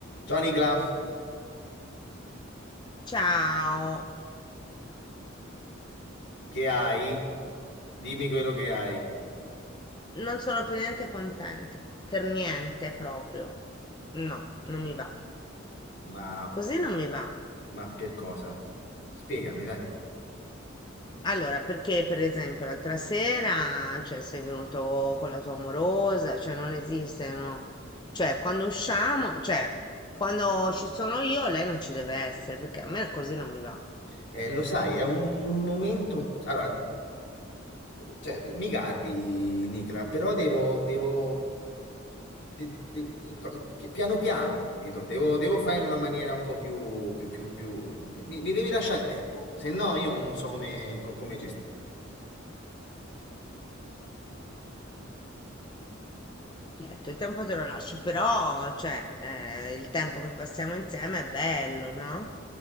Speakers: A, on the left; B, on the left.
A: Ciao Nicla,
B: Ciao,
A: che hai? Dimmi quello che hai.
B: non sono per niente contenta, per niente proprio. No, non mi va.
A: Ma,
B: Così non mi va.
A: ma per cosa? Spiegami, dai.
B: Allora, perché per esempio l'altra sera, cioè, sei venuto con la tua amorosa, cioè non esiste, no? Cioè, quando usciamo, cioè, quando ci sono io, lei non ci deve essere, perché a me così non mi va. Ho
A: Eh, lo sai, è un momento... Allora, cioè, mi garbi, Nicla, però devo... devo... de- de- in qua- pi- piano piano, capito? Devo, devo fare in una maniera un po' più... più, più, più... Mi, mi devi lasciare il tempo, se no io non so come, co- come gestirlo.
B: detto, il tempo te lo lascio, però, cioè, eh, il tempo che passiamo insieme è bello, no?